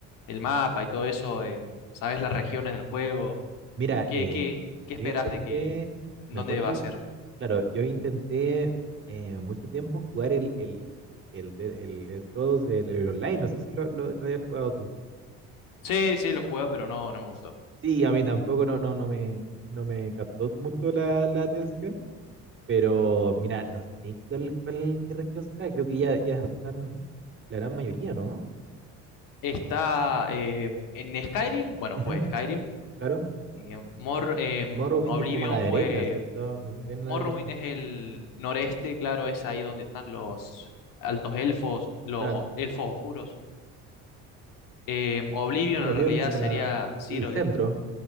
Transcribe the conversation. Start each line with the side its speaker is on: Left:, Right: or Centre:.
Left: del mapa y todo eso? Eh, ¿sabés las regiones del juego?
Right: Mira,
Left: ¿Qué,
Right: eh,
Left: qué, qué esperás
Right: yo intenté,
Left: de que, dónde
Right: me acuerdo,
Left: va a ser?
Right: claro, yo intenté eh, mucho tiempo jugar el, el, el, de- el, Scrolls, el- el online, no sé si lo, lo, lo hayas jugado tú.
Left: Sí, sí, lo jugué, pero no, no me gustó.
Right: Sí, a mí tampoco no, no, no me, no me captó mucho la, la atención, pero mira, no sé cuál, cuál- qué región será, creo que ya, ya están la gran mayoría, ¿no?
Left: Está eh, en Skyrim, bueno,
Right: Ujú,
Left: fue Skyrim.
Right: claro.
Left: y en Mor- em,
Right: Morrowind,
Left: Oblivion
Right: que es como a la derecha,
Left: fue.
Right: ¿cierto? Como bien a
Left: Morrowind
Right: la derecha.
Left: es el noreste, claro, es ahí donde están los altos elfos, los
Right: Claro.
Left: os- elfos oscuros. Em, Oblivion
Right: Oblivion,
Left: en realidad
Right: que es como
Left: sería
Right: la,
Left: Cyrodiil,
Right: el centro.